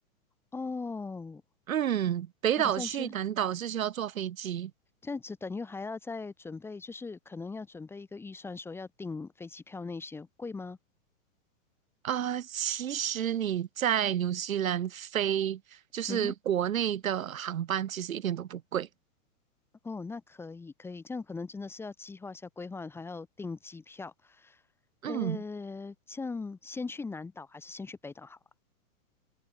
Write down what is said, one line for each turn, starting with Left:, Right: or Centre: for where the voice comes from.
Centre: 哦，
Right: 嗯，北岛去南岛是需要坐飞机。
Centre: 哇，这样就。这样子等于还要再准备，就是可能要准备一个预算，说要订飞机票那些，贵吗？
Right: 呃，其实你在纽西兰飞就是国内的航班，
Centre: 嗯哼，
Right: 其实一点都不贵。
Centre: 哦，那可以可以，这样可能真的是要计划一下规划，还要订机票。呃，
Right: 嗯，
Centre: 这样先去南岛还是先去北岛好啊？